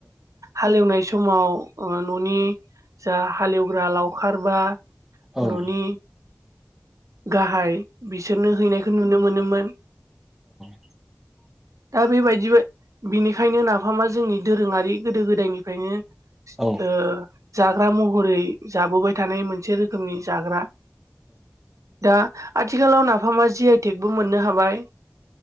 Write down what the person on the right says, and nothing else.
हालेवनाय समाव न'नि जा हालेवग्रा लावखार बा
न'नि गाहाय बिसोरनो हैनायखौ नुनो मोनोमोन
दा बेबायदि बिनिखायनो नाफामा जोंनि दोरोङारि गोदो गोदायनिफ्रायनो
ओ जाग्रा महरै जाबोबाय थानाय मोनसे रोखोमनि जाग्रा दा आथिखालाव नाफामा जि आइटेगबो मोननो हाबाय